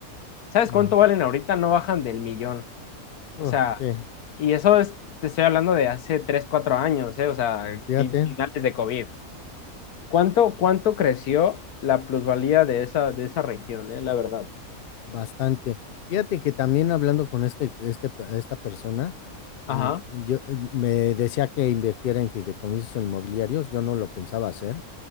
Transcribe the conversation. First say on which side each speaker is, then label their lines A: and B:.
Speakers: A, on the left (about 85°); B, on the left (about 65°).
A: ¿Sabes
B: mm,
A: cuánto valen ahorita? No bajan del millón. O
B: uh,
A: sea,
B: sí,
A: y eso es, te estoy hablando de hace 3 4 años, ¿eh? O sea,
B: mm, fíjate,
A: fin- finales de COVID. ¿Cuánto, cuánto creció la plusvalía de esa, de esa región, eh? La verdad.
B: bastante. Fíjate que también hablando con este, este, pe- esta persona, mm,
A: Ajá.
B: yo eh, me decía que invirtiera en fideicomisos inmobiliarios. Yo no lo pensaba hacer,